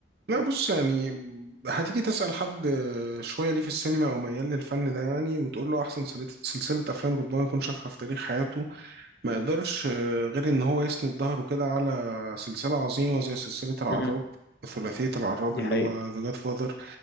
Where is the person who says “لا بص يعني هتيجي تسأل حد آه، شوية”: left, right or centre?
Right